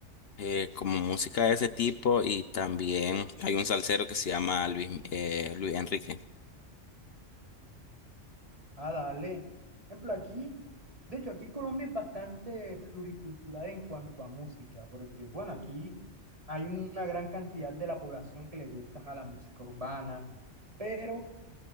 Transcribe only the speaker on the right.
Ah, dale. Por ejemplo, aquí, de hecho, aquí Colombia es bastante pluricultural en cuanto a música, porque, bueno, aquí hay una gran cantidad de la población que le gusta a la música urbana, pero